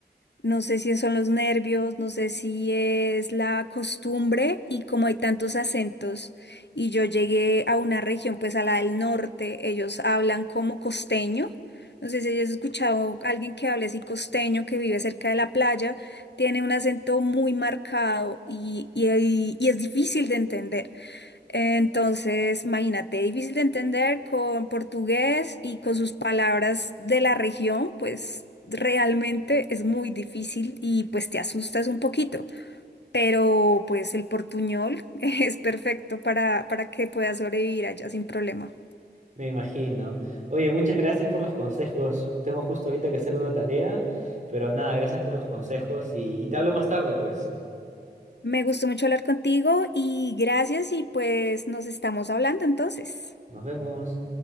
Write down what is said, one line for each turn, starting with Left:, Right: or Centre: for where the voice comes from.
Left: No sé si son los nervios, no sé si es la costumbre y como hay tantos acentos y yo llegué a una región, pues a la del norte, ellos hablan como costeño. No sé si has escuchado a alguien que hable así costeño, que vive cerca de la playa, tiene un acento muy marcado y, y y- y es difícil de entender. Entonces, imagínate, difícil de entender con portugués y con sus palabras de la región, pues realmente es muy difícil y pues te asustas un poquito. Pero pues el portuñol <laughs> es perfecto para, para que puedas sobrevivir allá sin problema.
Right: Me imagino. Oye, muchas gracias por los consejos. Tengo justo ahorita que hacer una tarea, pero nada, gracias por los consejos y, y te hablo más tarde, pues.
Left: Me gustó mucho hablar contigo y gracias y pues nos estamos hablando entonces.
Right: Nos vemos.